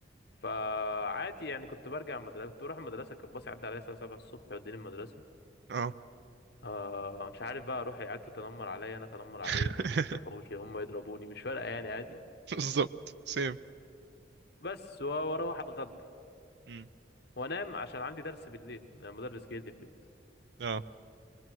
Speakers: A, on the left; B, on the right.
A: فعادي يعني كنت برجع المدرسة كنت بروح المدرسة كان باص يعدي عليا الساعة 7 الصبح يوديني المدرسة
B: اه
A: آه مش عارف بقى اروح العيال تتنمر عليا انا اتنمر عليهم
B: <laughs>
A: اضرب في الحوش هم يضربوني مش فارقة يعني عادي
B: بالظبط سيم
A: بس و- واروح اتغدى
B: امم
A: وانام عشان عندي درس بالليل أنا مدرس جاي لي البيت
B: اه